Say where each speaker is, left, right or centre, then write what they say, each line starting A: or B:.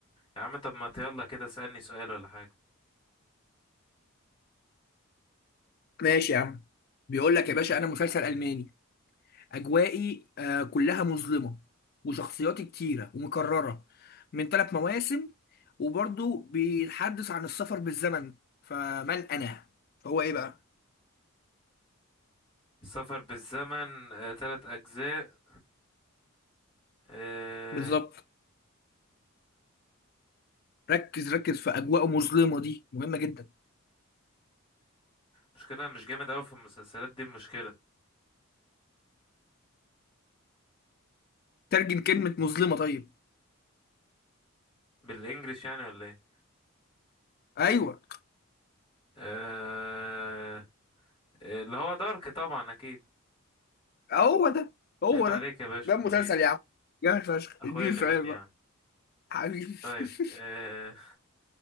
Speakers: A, on the left (about 25°); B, on the left (about 45°).
A: يا عم طب ما يلا كده اسألني سؤال ولا حاجة
B: ماشي يا عم بيقول لك يا باشا انا مسلسل الماني اجوائي آه كلها مظلمه وشخصياتي كتيره ومكرره من ثلاث مواسم وبرضه بيتحدث عن السفر بالزمن فمن انا فهو ايه بقى
A: السفر بالزمن آه، تلات أجزاء آه،
B: بالظبط ركز ركز في اجواء مظلمه دي مهمه جدا
A: مشكلة مش جامد أوي في المسلسلات دي المشكلة
B: ترجم كلمه مظلمه طيب
A: بالإنجليش يعني ولا ايه
B: ايوه
A: آه، آه، اللي هو دارك طبعا أكيد
B: هو ده هو
A: عيب عليك
B: ده
A: يا باشا
B: ده المسلسل
A: حبيبي
B: يا عم جامد فشخ
A: اخويا
B: اديني
A: اللي
B: سؤال
A: مني
B: بقى
A: يا عم
B: حبيبي
A: طيب آه...
B: <laughs>